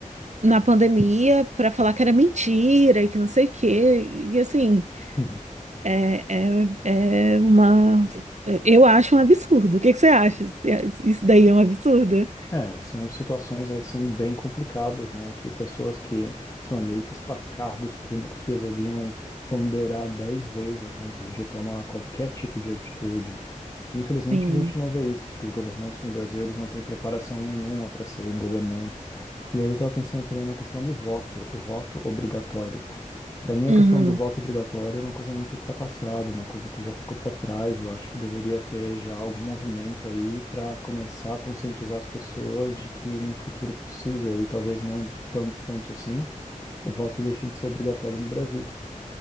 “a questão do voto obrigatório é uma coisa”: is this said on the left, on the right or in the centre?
Left